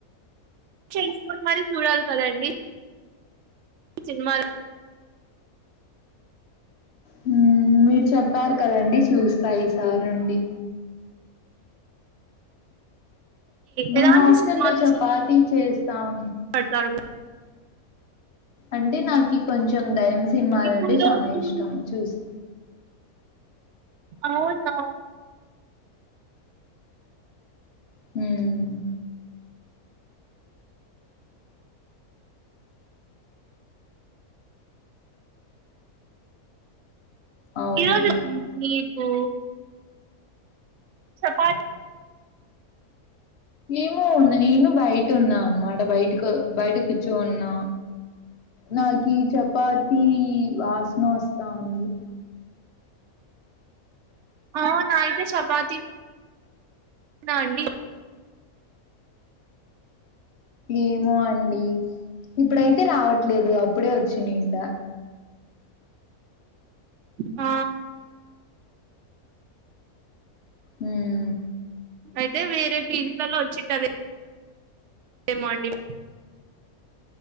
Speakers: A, on the right (about 65°); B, on the left (about 60°).
A: చేసుకొని మరి చూడాలి కదండి సినిమాలు
B: హ్మ్ మీరు చెప్పారు కదండి చూస్తా ఈసారి నుండి మా
A: ఎలాంటి
B: హాస్టల్లో
A: సినిమాలు
B: చపాతి చేస్తాం
A: <unintelligible>
B: అంటే నాకి కొంచెం దెయ్యం సినిమాలంటే
A: మీకు ఈరోజు
B: చానా ఇష్టం చూసి
A: అవునా
B: ఉమ్ అవును
A: ఈ రోజు మీకు చపాతి
B: ఏమో ఉన్నా నేను బయట ఉన్నా అనమాట బయటకు బయట కూర్చోనున్నా నాకి చపాతి వాసన వస్తా ఉంది
A: అవునా అయితే చపాతి నా అండి
B: ఏమో అండి ఇప్పుడైతే రావట్లేదు అప్పుడే వచ్చినిండా
A: ఆ
B: ఉమ్
A: అయితే వేరే పీజీ లల్లో వచ్చింటది ఏమోనండి